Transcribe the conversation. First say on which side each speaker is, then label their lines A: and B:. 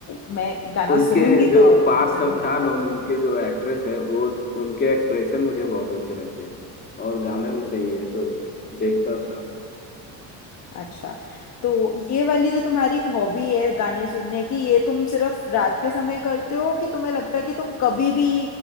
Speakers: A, on the left; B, on the left.
A: मैं गाना
B: उनके
A: सुनूंगी
B: जो
A: तो
B: पार्थ
A: जरूर
B: सब था ना उन- उनके जो एक्ट्रेस है वो उनके एक्सप्रेशन मुझे बहुत अच्छे लगते हैं और गाना भी सही है तो देखता था
A: अच्छा तो ये वाली जो तुम्हारी हॉबी है गाने सुनने की ये तुम सिर्फ रात के समय करते हो कि तुम्हें लगता है कि तुम कभी भी